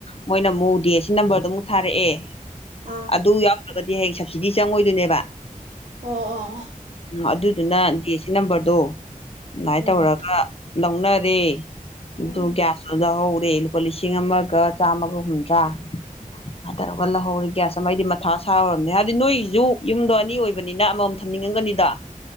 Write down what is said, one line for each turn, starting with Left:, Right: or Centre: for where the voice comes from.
Left: ꯃꯣꯏꯅ ꯑꯃꯨꯛ ꯗꯤ ꯑꯦꯁ ꯁꯤ ꯅꯝꯕꯔꯗꯨ ꯑꯃꯨꯛ ꯊꯥꯔꯛꯑꯦ
Right: ꯑꯥ
Left: ꯑꯗꯨ ꯌꯥꯎꯗꯕ ꯗꯤ ꯍꯌꯦ ꯁꯕꯁꯤꯗꯤ ꯆꯪꯉꯣꯏꯗꯣꯏꯅꯦꯕ
Right: ꯑꯣ ꯑꯣ
Left: ꯎꯝ ꯑꯗꯨꯗꯨꯅ ꯗꯤ ꯑ ꯦ ꯁꯤ ꯅꯝꯕꯔ ꯗꯣ ꯑꯗꯨꯃꯥꯏꯅ
Right: ꯎꯝ
Left: ꯇꯧꯔꯒ ꯂꯧꯅꯔꯦ
Right: ꯎꯝ
Left: ꯑꯗꯨꯒꯌꯥꯁꯗꯨ ꯂꯧꯍꯧ ꯑꯩ ꯂꯨꯄꯥ ꯂꯤꯁꯤꯡ ꯑꯃꯒ ꯆꯥꯝꯃꯒ ꯍꯨꯝꯗ꯭ꯔꯥ ꯁꯨꯃꯥꯏꯅ ꯇꯧꯔꯒ ꯂꯧꯍꯧꯔꯤ ꯒ꯭ꯌꯥꯁ ꯑꯃ ꯑꯩꯗꯤ ꯃꯊꯥ ꯁꯥꯔꯣꯔꯝꯅꯦ ꯍꯥꯏꯕꯗꯤ ꯅꯣꯏꯒꯤꯖꯨ ꯌꯨꯝꯗꯣ ꯑꯅꯤ ꯑꯣꯏꯕꯅꯤꯅ ꯑꯃꯃꯝ ꯊꯝꯅꯤꯡꯉꯝꯒꯅꯤꯗꯣ